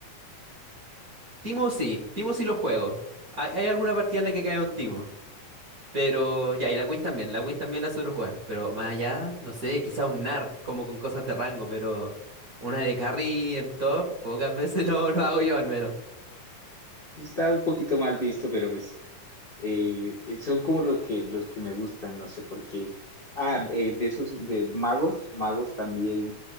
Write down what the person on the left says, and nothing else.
Está un poquito mal visto, pero pues eh, eh, son como los que los que me gustan, no sé por qué. Ah, eh, de esos de magos, magos también